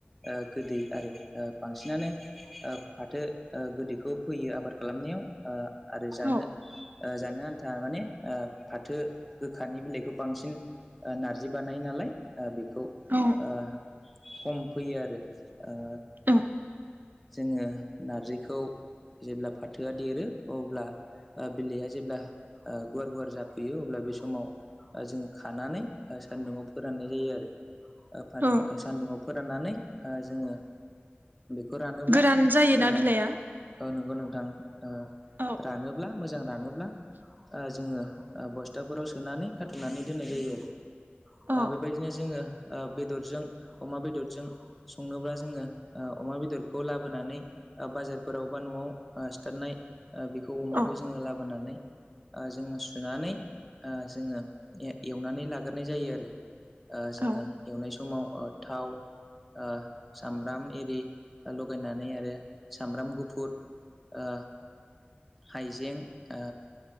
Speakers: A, in the centre; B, on the right.
A: ओ गोदै आरो ओ बांसिनानो ओ फाथो ओ गोदैखौ फोयो आबाद खालामनायाव ओ आरो जानो
B: औ
A: ओ जानो आन्था माने ओ फाथो गोखानि बिलाइखौ बांसिन ओ नारजि बानाय नालाय ओ बेखौ
B: औ
A: ओ खम फोयो आरो ओ
B: उम
A: जोङो नारजिखौ जेब्ला फाथोआ देरो अब्ला ओ बिलाया जेब्ला ओ गुवार गुवार जाफैयो अब्ला बे समाव ओ जोङो खानानै ओ सान्दुंङाव फोराननाय जायो आरो। ओ फानदु-सान्दुंङाव
B: औ
A: फोराननानै जोङो फोरानोब्ला
B: गोरान जायोना
A: ओ
B: बिलाइआ
A: ओ नोंगौ नोंथां ओ
B: औ
A: रानोब्ला मोजां रानोब्ला ओ जोङो ओ बस्थाफोराव सोनानै खाथुमनानै दोननाय जायो आरो।
B: औ
A: ओ बेबायदिनो जोङो ओ बेदरजों अमा बेदरजों संनोब्ला जोङो ओ अमा बेदरखौ लाबोनानै ओ बाजारफोराव बा न'आव ओ सिथारनाय ओ बेखौ अमाखौ
B: औ
A: जोङो लाबोनानै ओ जोङो सुनानै ओ जोङो ए-एवनानै लाग्रोनाय जायो आरो। ओ जोङो
B: औ
A: एवनाय समाव ओ थाव ओ सामब्राम इरि लगायनानै आरो सामब्राम गुफुर ओ हाइजें ओ